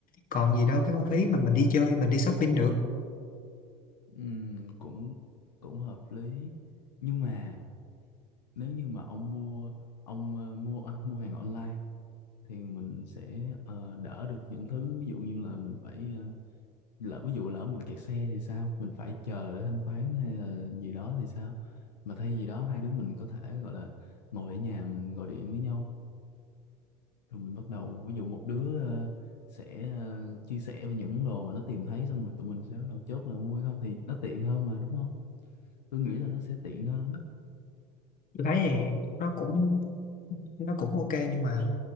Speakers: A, on the left (about 40°); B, on the left (about 80°).
A: còn gì đâu cái không khí mà mình đi chơi mình đi shopping được.
B: Ừm, cũng cũng hợp lý nhưng mà nếu như mà ông mua ông ờ, mua à, mua hàng online thì mình sẽ ờ, đỡ được những thứ ví dụ như là mình phải ờ, lỡ ví dụ lỡ mình kẹt xe thì sao mình phải chờ để thanh toán hay là gì đó thì sao mà thay vì đó hai đứa mình có thể gọi là ngồi ở nhà mình gọi điện với nhau rồi mình bắt đầu ví dụ một đứa ờ, sẽ ờ, chia sẻ về những món đồ mà nó tìm thấy xong rồi tụi mình sẽ bắt đầu chốt là mua hay không thì nó tiện hơn mà đúng không tôi nghĩ là nó sẽ tiện hơn đó
A: Tôi thấy thì nó cũng nó cũng ok nhưng mà